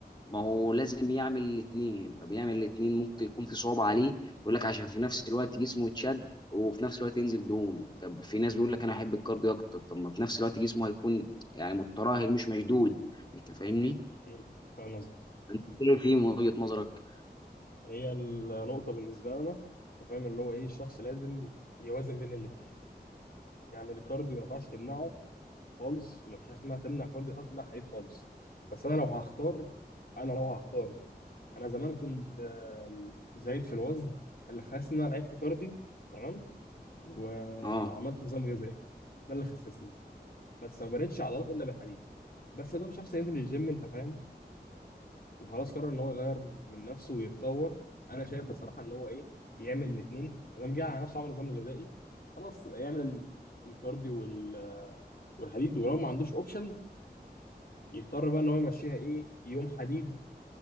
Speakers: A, on the left; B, on the left.
A: ما هو لازم يعمل الاثنين طب يعمل الاثنين ممكن يكون في صعوبة عليه يقول لك عشان في نفس الوقت جسمه يتشد وفي نفس الوقت ينزل دهون طب في ناس بيقول لك انا احب الكارديو اكتر طب ما في نفس الوقت جسمه هيكون يعني متراهل مش مشدود انت فاهمني؟
B: مم. فاهم قصدي
A: شايف ايه في من وجهة نظرك؟
B: هي النقطه بالنسبه لنا انت فاهم اللي هو ايه الشخص لازم يوازن بين الاثنين يعني الكارديو ما ينفعش تمنعه خالص ما فيش حاجه اسمها تمنع كارديو خالص تمنع حديد خالص بس انا لو هختار انا لو هختار انا زمان كنت آم، زايد في الوزن اللي خلاص ان انا لعبت كارديو تمام وعملت
A: اه
B: نظام غذائي ده اللي خسسني بس ما بنيتش عضلات الا بالحديد بس ده مش شخص ينزل الجيم انت فاهم وخلاص قرر ان هو يغير من نفسه ويتطور انا شايف بصراحه ان هو ايه يعمل الاثنين ما دام جه على نفسه عمل نظام غذائي خلاص يبقى يعمل ال- الكارديو وال- والحديد ولو ما عندوش اوبشن يضطر بقى ان هو يمشيها ايه يوم حديد